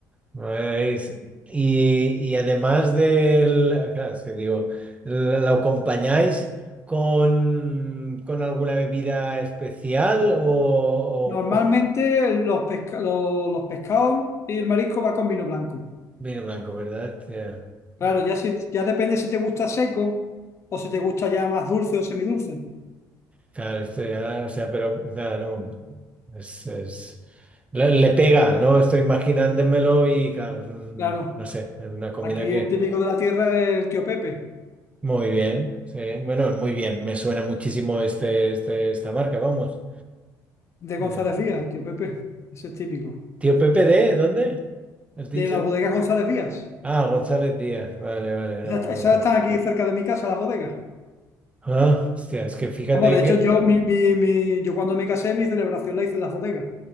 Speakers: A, on the right; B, on the left.
A: nice. Y, y además del... Claro, es que digo, ¿lo acompañáis con, con alguna bebida especial o, o-
B: <laughs> Normalmente
A: o
B: los, pesca- lo- los pescados y el marisco va con vino blanco.
A: vino blanco, ¿verdad? Ya,
B: Claro,
A: ya.
B: ya, si, ya depende si te gusta seco o si te gusta ya más dulce o semidulce.
A: Claro, esto ya, o sea, pero claro, no, es, es- le, le pega, ¿no? Estoy imaginándomelo y claro, es un-
B: Claro,
A: no sé, es una comida
B: aquí el típico de la tierra es el tío Pepe,
A: Muy bien, sí. Bueno, muy bien. Me suena muchísimo este, este, esta marca, vamos.
B: de González
A: Eh,
B: Vías, el tío Pepe, ese es típico.
A: Tío Pepe de, ¿dónde? ¿Has dicho?
B: De las bodegas González Vías.
A: Ah, González Díaz. Vale, vale,
B: Esas
A: no, no.
B: esas
A: lo con-
B: están aquí cerca de mi casa, las bodegas.
A: Ah, hostia, es que fíjate
B: Vamos, de
A: que,
B: hecho, yo, mi, mi- mi- yo cuando me casé, mi celebración la hice en las bodegas.